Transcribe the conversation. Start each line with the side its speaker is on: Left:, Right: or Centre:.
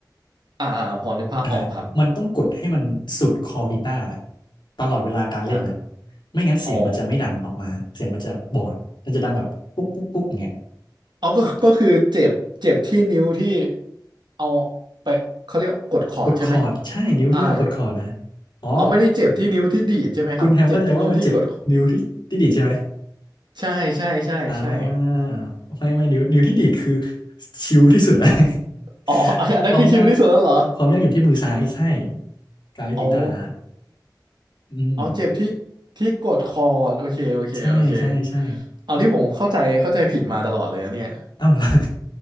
Right: อ่าอ่าพอนึกภาพออกครับ
Left: อ่าฮะมันต้องกดให้มันสุดคอกีตาร์ตลอดเวลาการเล่นอ่ะ
Right: อ่า
Left: ไม่งั้นเสียงมันจะไม่ดังออกมาเสียงมันจะบอด
Right: อ๋อ
Left: มันจะดังแบบปุ๊กปุ๊กปุ๊กอย่างเงี้ย
Right: เอาก็ก็คือเจ็บเจ็บที่นิ้วที่เอาไปเขาเรียกกดคอร์ดใช่ไหม
Left: กดคอร์ด ใช่ นิ้วที่เรากดคอร์ดนะ
Right: อ่า
Left: อ๋อ
Right: เอาไม่ได้เจ็บที่นิ้วที่ดีดใช่ไหมครับเจ็บที่นิ้วที่กด
Left: คุณแฮมเข้าใจว่ามันเจ็บนิ้วที่ที่ดีดใช่ไหม
Right: ใช่ใช่ใช่ใช่
Left: อ่าไม่ไม่นิ้วนิ้วที่ดีดคือชิลที่สุดแล้ว <laughs>
Right: อ๋ออันอันนั้นคือชิลที่สุดแล้วเหรอ
Left: ความยากความยากอยู่ที่มือซ้ายใช่การเล่นกีตาร์
Right: อ๋อ
Left: อืม
Right: เอาเจ็บที่ที่กดคอร์ดโอเคโอเคโอเค
Left: ใช่ใช่ใช่
Right: เอานี่ผมเข้าใจเข้าใจผิดมาตลอดเลยนะเนี่ย
Left: เอ้าเหรอ